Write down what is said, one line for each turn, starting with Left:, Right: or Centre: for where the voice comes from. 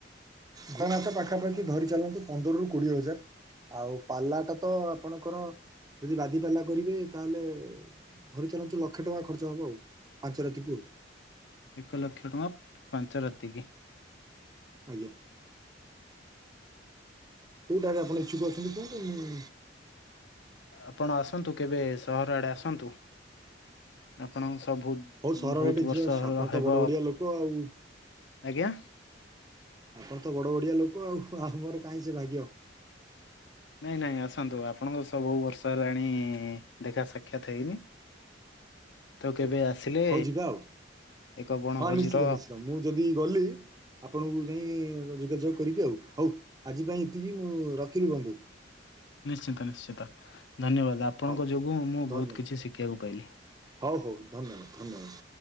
Right: ଘୋଡା ନାଚ ପାଖାପାଖି ଧରି ଚାଲନ୍ତୁ ପନ୍ଦରରୁ କୋଡିଏ ହଜାର। ଆଉ ପାଲାଟା ତ ଆପଣଙ୍କର ଯଦି ବାଦି ପାଲା କରିବେ ତାହେଲେ। ଧରି ଚାଲନ୍ତୁ ଲକ୍ଷେ ଟଙ୍କା ଖର୍ଚ୍ଚ ହବ ଆଉ ପାଞ୍ଚ ରାତିକୁ ଆଉ।
Left: ଏକ ଲକ୍ଷ ଟଙ୍କା ପାଞ୍ଚ ରାତିକି।
Right: ଆଜ୍ଞା। କେଉଁଟାରେ ଆପଣ ଇଛୁକ ଅଛନ୍ତି କୁହନ୍ତୁ?
Left: ଆପଣ ଆସନ୍ତୁ କେବେ ସହର ଆଡେ ଆସନ୍ତୁ, ଆପଣଙ୍କୁ ସବୁ
Right: ହଉ ସହର
Left: ବହୁତ
Right: ବାଟେ
Left: ବର୍ଷ
Right: ଯିବା ସାପ
Left: ହେଲା ହେବ
Right: ତ ବଡ ବଡିଆ ଲୋକ ଆଉ।
Left: ଆଜ୍ଞା
Right: ଆପଣ ତ ବଡ଼ ବଡ଼ିଆ ଲୋକ ଆଉ, ଆଉ ଆମର କାହିଁ ସେ ଭାଗ୍ୟ।
Left: ନାଇଁ, ନାଇଁ ଆସନ୍ତୁ, ଆପଣଙ୍କ ସବୁ ବର୍ଷ ହେଲାଣି ଦେଖା ସାକ୍ଷାତ ହେଇନି। ତ
Right: ଆଚ୍ଛା
Left: କେବେ ଆସିଲେ
Right: ହଉ ଯିବା ଆଉ
Left: ଏକ ବଣଭୋଜିର
Right: ହଁ ନିଶ୍ଚିତ ନିଶ୍ଚିତ ମୁଁ ଯଦି ଗଲି। ଆପଣଙ୍କୁ ଯାଇଁ ଯୋଗାଯୋଗ କରିବି ଆଉ ହଉ ଆଜି ପାଇଁ ଏତିକି ମୁଁ ରଖିଲି ବନ୍ଧୁ।
Left: ନିଶ୍ଚିନ୍ତ ନିଶ୍ଚିନ୍ତ ଧନ୍ୟବାଦ ଆପଣଙ୍କ
Right: ହଉ
Left: ଯୋଗୁଁ ମୁଁ
Right: ଧନ୍ୟବାଦ
Left: ବହୁତ୍ କିଛି ଶିଖିବାକୁ ପାଇଲି।
Right: ହଉ ହଉ ଧନ୍ୟବାଦ୍ ଧନ୍ୟବାଦ୍।